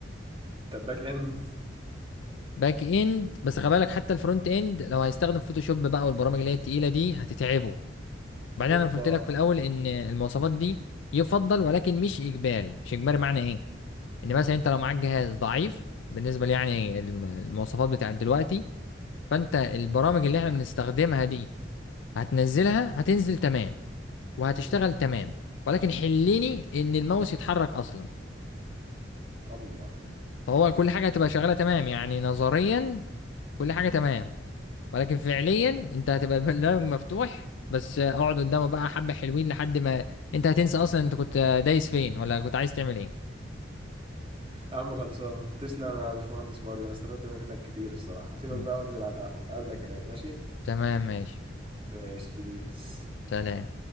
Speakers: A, on the right; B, on the left.
A: طب باك اند
B: باك اند بس خلي بالك حتى الفرونت اند لو هيستخدم فوتوشوب بقى والبرامج اللي هي التقيله دي هتتعبه وبعدين
A: اوبا
B: انا قلت لك في الاول ان المواصفات دي يفضل ولكن مش اجباري مش اجباري معنى ايه ان
A: امم
B: مثلا انت لو معاك جهاز ضعيف بالنسبه لي يعني الم- المواصفات بتاعت دلوقتي فانت البرامج اللي احنا بنستخدمها دي هتنزلها هتنزل تمام وهتشتغل
A: امم
B: تمام ولكن حلني ان الماوس يتحرك اصلا
A: الله
B: فهو كل حاجة هتبقى شغالة تمام يعني نظريا كل حاجة تمام ولكن فعليا
A: تمام
B: انت هتبقى البرنامج مفتوح بس اقعد قدامه بقى حبة حلوين لحد ما انت هتنسى اصلا انت كنت دايس فين ولا كنت عايز تعمل ايه
A: يا عم خلصان تسلم يا باشمهندس ماريو انا استفدت منك كتير الصراحة هسيبك
B: مم.
A: بقى وانزل على القهوة اقابلك هناك ماشي
B: تمام ماشي
A: ماشي بيس
B: سلام